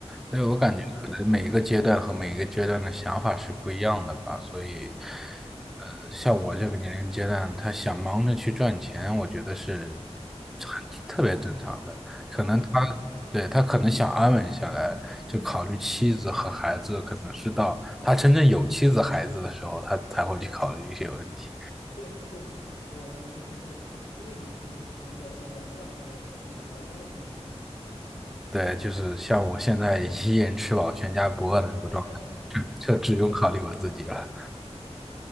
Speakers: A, in the centre; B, on the left.
A: 对，我感觉可能每一个阶段和每一个阶段的想法是不一样的吧，
B: 嗯
A: 所以，呃，
B: 嗯
A: 像我这个年龄阶段，他想忙着去赚钱，我觉得是很
B: 嗯，
A: 特别正常的。可能他，
B: 那当然，
A: 对，他可能想安稳下来，
B: 嗯，
A: 就考虑妻子和孩子，可能是到他真正有妻子孩子的时候，他才会去考虑一些问题。
B: 对对，我同意，就是因为你处于不同的一种状态的时候，你考虑的问题肯定是不一样的。
A: 对，就是像我现在 <laughs> 一人吃饱全家不饿的这个状态，
B: <laughs>
A: <laughs> 这只用考虑我自己了。
B: 那是的，是的。